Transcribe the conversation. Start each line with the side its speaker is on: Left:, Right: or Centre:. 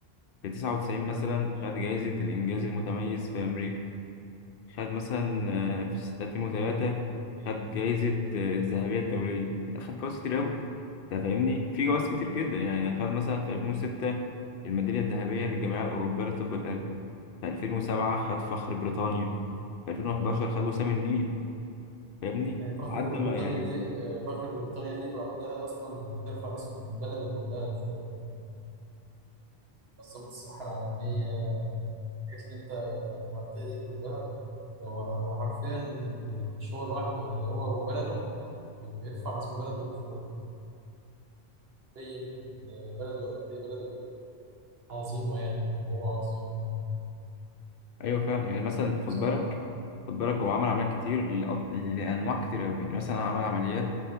Left: في 99 مثلا خد جائزة الإنجاز المتميز في أمريكا خد مثلا آه، في سنة 2003 خد جايزة آه، الذهبية الدولية لا، خد جوائز كتير أوي أنت فاهمني في جوائز كتير جدا يعني خد مثلا في 2006 الميدالية الذهبية للجمعية الأوروبية لطب القلب في 2007 خد فخر بريطانيا في 2011 خد وسام النيل فاهمني
Right: يعني فخر
Left: لحد
Right: بريطانيا
Left: ما يعني
Right: دي آه، فخر بريطانيا دي لوحدها أصلا بترفع اسم بلده كلها فوق منظمة الصحة العالمية الحاجات اللي أنت عملتها دي كلها هو هو حرفيا ب- مش هو لوحده يعني هو وبلده بيرفع اسم بلده لفوق بين بلده قد إيه بلده عظيمة يعني وهو عظيم
Left: أيوه فعلا يعني مثلا خد
Right: بصراحة
Left: بالك خد بالك هو عمل عمليات كتير لأط- لأنواع كتير أوي يعني مثلا عمل عمليات